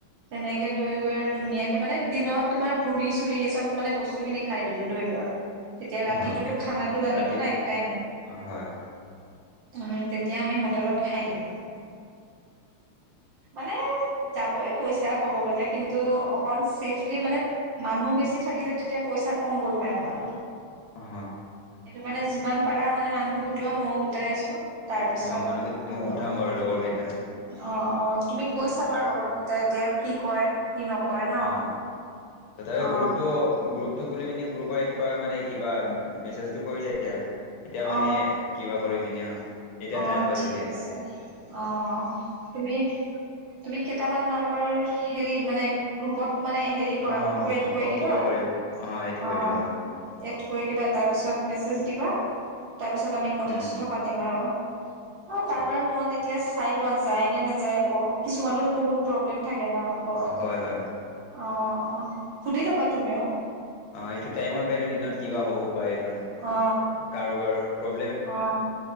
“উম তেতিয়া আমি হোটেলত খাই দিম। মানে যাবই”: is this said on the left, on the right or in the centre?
Right